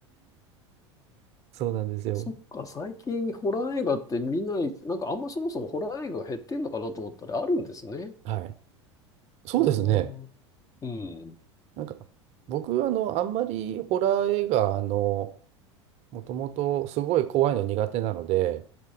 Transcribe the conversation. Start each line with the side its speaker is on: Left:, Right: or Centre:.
Right: <laughs> そうなんですよ。
Left: そっか、最近ホラー映画って見ない、なんかあんまそもそもホラー映画が減ってんのかなと思ったらあるんですね。
Right: はい。そうですね。
Left: ああ、うん。
Right: なんか、僕、あの、あんまりホラー映画、あの、もともとすごい怖いの苦手なので、